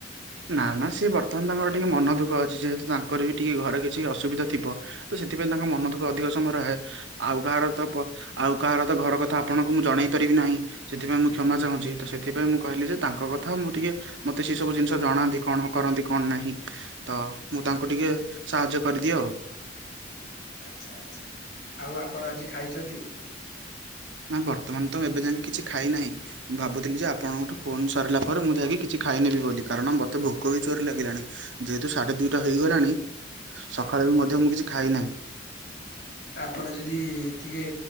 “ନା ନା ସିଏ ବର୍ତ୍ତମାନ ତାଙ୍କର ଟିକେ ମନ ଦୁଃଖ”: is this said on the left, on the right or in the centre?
Right